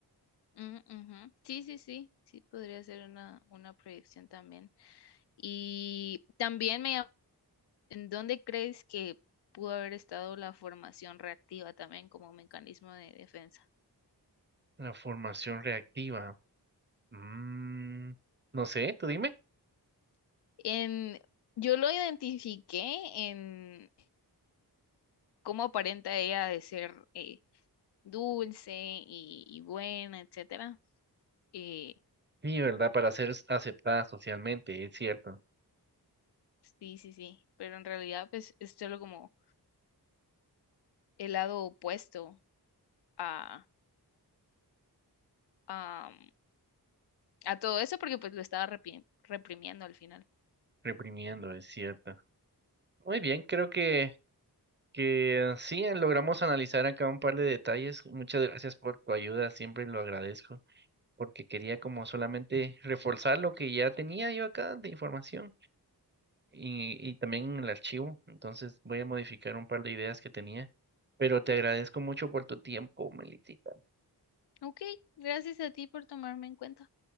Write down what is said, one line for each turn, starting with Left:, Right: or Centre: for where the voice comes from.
Left: Mm, ujú. Sí, sí, sí, sí, podría ser una, una proyección también. Y también me llam- ¿en dónde crees que pudo haber estado la formación reactiva también como mecanismo de defensa?
Right: La formación reactiva. Mm, no sé, tú dime.
Left: En, yo lo identifiqué en cómo aparenta ella de ser eh, dulce y, y buena, etcétera. Eh,
Right: Sí, ¿verdad? Para ser s- aceptada socialmente, es cierto.
Left: sí, sí, sí. Pero en realidad, pues, es solo como el lado opuesto a, a, a todo eso, porque pues lo estaba repi- reprimiendo al final.
Right: Reprimiendo, es cierto. Muy bien, creo que, que sí, logramos analizar acá un par de detalles. Muchas gracias por tu ayuda, siempre lo agradezco, porque quería como solamente reforzar lo que ya tenía yo acá de información. y, y también en el archivo. Entonces voy a modificar un par de ideas que tenía. Pero te agradezco mucho por tu tiempo, Melitita.
Left: Ok, gracias a ti por tomarme en cuenta.